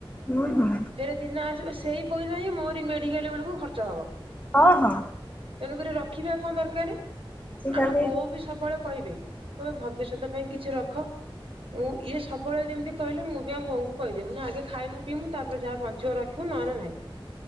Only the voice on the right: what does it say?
ଫେରେ ଦିନ ଆସିବ ସେଇ ପଇସା ହିଁ ମୋରି ମେଡ଼ିକାଲ୍ ବେଳକୁ ଖର୍ଚ୍ଚ ହବ।
ତେଣୁକରି ରଖିବା କଣ ଦରକାର,
ଆମ ବୋଉ ବି ସବୁବେଳେ କହିବେ, କହିବେ ଭବିଷ୍ୟତ ପାଇଁ କିଛି ରଖ। ମୁଁ ଇଏ ସବୁବେଳେ ଯେମିତି କହିଲେ ମୁଁ ବି ଆମ ବୋଉଙ୍କୁ କହିଦିଏ, ମୁଁ କହିଲି ଆଗେ ଖାଇମୁୁ ପିଇମୁ ତାପରେ ଯାହା ବଞ୍ଚିବ ରଖିବୁ ନହେଲେ ନାହିଁ,